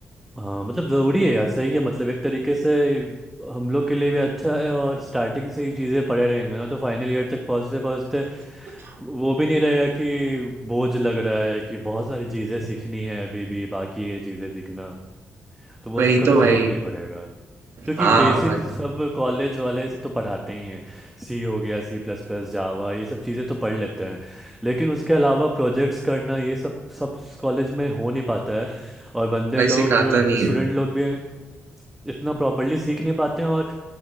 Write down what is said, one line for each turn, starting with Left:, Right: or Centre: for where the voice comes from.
Centre: हाँ मतलब ज़रूरी है यार सही है मतलब एक तरीके से हम लोग के लिए भी अच्छा है और स्टार्टिंग से ही चीज़ें पड़े रहेंगे ना तो फाइनल ईयर तक पहुँचते पहुँचते वो भी नहीं रहेगा कि बोझ लग रहा है कि बहुत सारी चीज़ें सीखनी है अभी भी बाकी है चीज़ें सीखना तो वो
Right: वही
Centre: सब का
Right: तो
Centre: भी ज़रूरत
Right: भाई
Centre: नहीं पड़ेगा क्योंकि
Right: हाँ
Centre: बेसिक
Right: भाई
Centre: सब कॉलेज वाले तो पढ़ाते ही हैं सी हो गया सी प्लस प्लस जावा ये सब चीज़ें तो पढ़ लेते हैं लेकिन उसके अलावा प्रोजेक्ट्स करना ये सब सब कॉलेज में हो नहीं पाता है और बंदे
Right: भाई
Centre: लोग
Right: सिखाता नहीं
Centre: स्टूडेंट लोग भी इतना प्रॉपरली सीख नहीं पाते हैं और